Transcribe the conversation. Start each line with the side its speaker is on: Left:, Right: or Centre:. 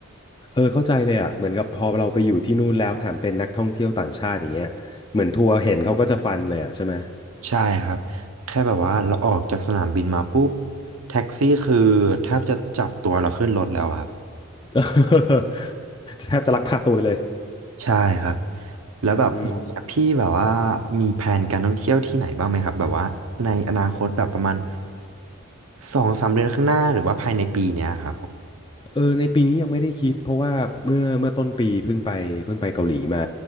Left: เออเข้าใจเลยอ่ะเหมือนกับพอเราไปอยู่ที่นู่นแล้วแถมเป็นนักท่องเที่ยวต่างชาติอย่างเงี้ยเหมือนทัวร์เห็นเขาก็จะฟันเลยอ่ะใช่ไหม
Right: ใช่ครับแค่แบบว่าเราออกจากสนามบินมาปุ๊บแท็กซี่คือแทบจะจับตัวเราขึ้นรถแล้วอะครับ
Left: <laughs> จะแทบจะลักพาตัวไปเลย
Right: ใช่ครับแล้วแบบอย่างเงี้ยพี่แบบว่า
Left: อืม
Right: มีแผนการท่องเที่ยวที่ไหนบ้างไหมครับแบบว่าในอนาคตแบบประมาณสองสามเดือนข้างหน้าหรือว่าภายในปีเนี้ยครับผม
Left: เออในปีนี้ยังไม่ได้คิดเพราะว่าเมื่อเมื่อต้นปีเพิ่งไปเพิ่งไปเกาหลีมา